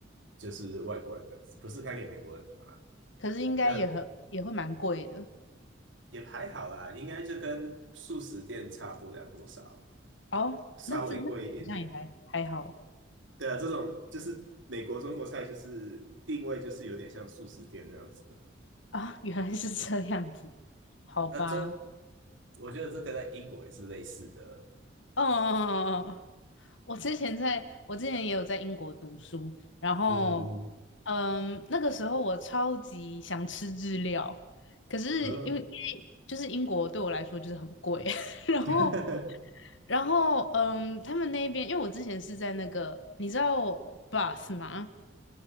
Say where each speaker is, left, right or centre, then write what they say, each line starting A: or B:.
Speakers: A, on the right; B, on the left.
A: 就是外国人的，不是开给美国人的嘛？
B: 可是应该也很也会蛮贵的。
A: 那也还好啦，应该就跟素食店差不了多少，
B: 哦，
A: 稍微贵一点点。
B: 那这那好像也还还好
A: 对啊，这种就是美国中国菜，就是定位就是有点像素食店这样子。
B: 啊，原来是这样子，好吧。
A: 那中，我觉得这个在英国也是类似的。
B: 哦哦哦哦，我之前在我之前也有在英国读书，然后嗯，
A: 嗯嗯，
B: 那个时候我超级想吃日料，可是因为因为就是英国对我来说就是很贵，
A: 然后
B: <laughs> 然后
A: <laughs>
B: 然后，嗯，他们那边，因为我之前是在那个，你知道 Bus 吗？